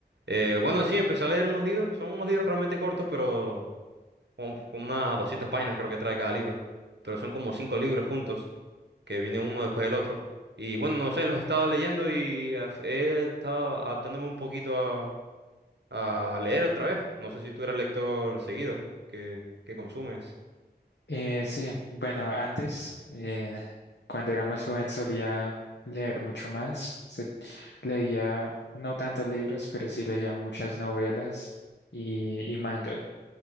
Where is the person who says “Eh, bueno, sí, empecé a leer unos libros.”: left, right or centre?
Right